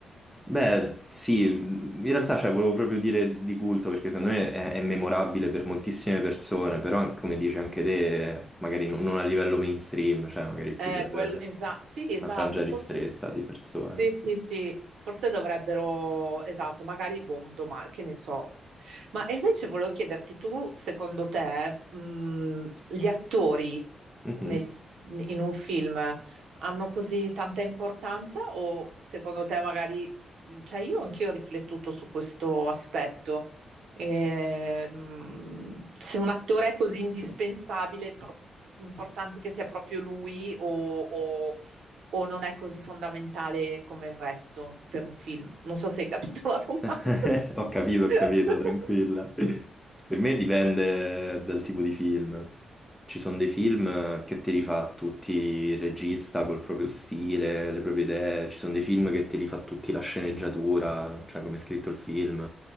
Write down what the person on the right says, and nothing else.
Eh,
quello, esa- sì, esatto,
forse
sì, sì, sì, forse dovrebbero, esatto, magari boh, domani, che ne so. Ma e invece volevo chiederti tu, secondo te, mh, gli attori
nel- in un film hanno così tanta importanza o secondo te magari, mhmm, cioè io anch'io ho riflettuto su questo aspetto, E, mh, se un attore è così indispensabile, pro- importante che sia proprio lui o... o o non è così fondamentale come il resto per un film? Non so se hai capito la domanda.
<laughs>